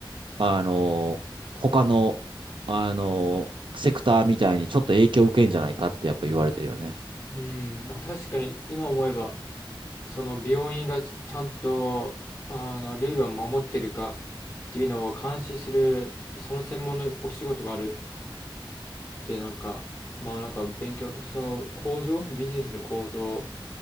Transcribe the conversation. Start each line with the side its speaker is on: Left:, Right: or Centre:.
Right: あの、他の、あの、セクターみたいにちょっと影響を受けんじゃないかってやっぱ言われてるよね。
Left: うん、まあ確かに今思えばその病院がちゃんと、あの、ルールを守ってるかっていうのを監視する、その専門のお仕事があるって、なんか、まあなんか勉強、その構造、ビジネスの構造